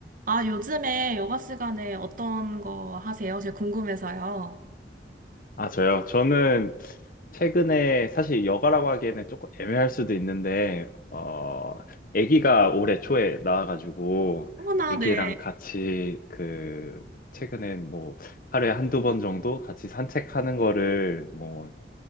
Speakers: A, on the right; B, on the left.
A: 아, 요즘에 여가 시간에 어떤 거 하세요? 제가 궁금해서요.
B: 아, 저요? 저는 최근에 사실 여가라고 하기에는 조금 애매할 수도 있는데, 어, 아기가 올해 초에 나와가지고,
A: 어머나,
B: 아기랑
A: 네.
B: 같이 그, 최근에 뭐, 하루에 한두 번 정도 같이 산책하는 거를 뭐,